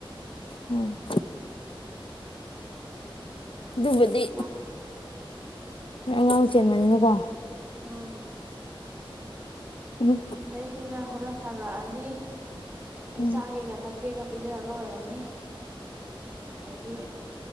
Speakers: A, on the left; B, on the right.
A: ꯎꯝ ꯑꯗꯨꯕꯨꯗꯤ
B: ꯃꯥꯅꯤ
A: ꯑꯉꯥꯡ ꯆꯦꯟꯕꯅꯤꯅꯀꯣ
B: ꯑꯥ
A: ꯎꯝ
B: ꯗꯩꯁꯤꯅ ꯍꯣꯔꯦꯟ ꯍꯜꯂꯛꯑꯅꯤ ꯗꯩ
A: ꯎꯝ
B: ꯆꯥꯒꯦꯒ ꯊꯛ ꯀꯦꯒ ꯄꯤꯖ ꯂꯣꯏꯔꯅꯤ ꯑꯗꯒꯤ